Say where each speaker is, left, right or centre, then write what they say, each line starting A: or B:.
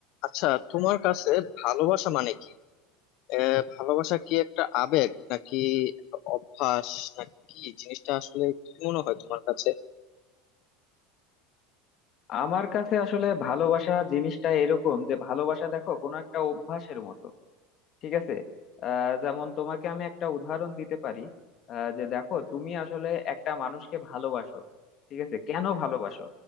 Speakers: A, on the left (about 55°); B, on the left (about 40°).
A: আচ্ছা তোমার কাছে ভালোবাসা মানে কি আহ, ভালোবাসা কি একটা আবেগ নাকি একটা অভ্যাস নাকি কি জিনিসটা আসলে কি মনে হয় তোমার কাছে
B: আমার কাছে আসলে ভালোবাসা জিনিসটা এরকম যে ভালোবাসা দেখো কোনো একটা অভ্যাসের মতো ঠিক আছে আহ যেমন তোমাকে আমি একটা উদাহরণ দিতে পারি আহ যে দেখো তুমি আসলে একটা মানুষকে ভালোবাসো ঠিক আছে কেন ভালোবাসো